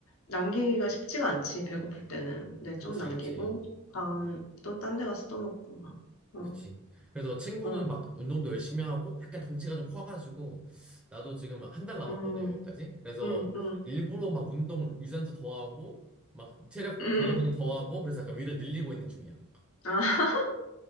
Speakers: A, on the left; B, in the centre.
A: 남기기가 쉽지가 않지, 배고플 때는. 근데
B: 그치,
A: 좀 남기고,
B: 그치.
A: 다음 또 딴 데 가서 또 먹고 막. 어,
B: 그치. 그래서 친구는
A: 어,
B: 막 운동도 열심히 하고 약간 덩치가 좀 커가지고 나도 지금 한 달 남았거든,
A: 음,
B: 여기까지. 그래서
A: 음,
B: 음.
A: 음,
B: 일부러 막 운동을 유산소 더 하고 막 체력
A: 음.
B: 근력은 더 하고 그래서 약간 위를 늘리고 있는 중이야.
A: 아.